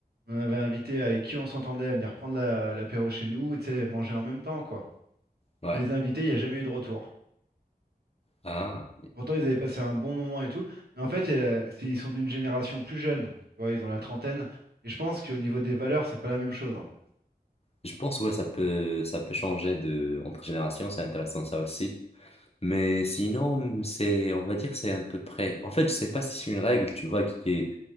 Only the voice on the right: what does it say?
On avait invité avec qui on s'entendait à venir prendre la- l'apéro chez nous et tu sais, manger en même temps, quoi.
On les a invités, il n'y a jamais eu de retour.
Pourtant, ils avaient passé un bon moment et tout. Mais en fait, euh, c'est- ils sont d'une génération plus jeune. Tu vois, ils ont la trentaine. Et je pense qu'au niveau des valeurs, c'est pas la même chose, en fait.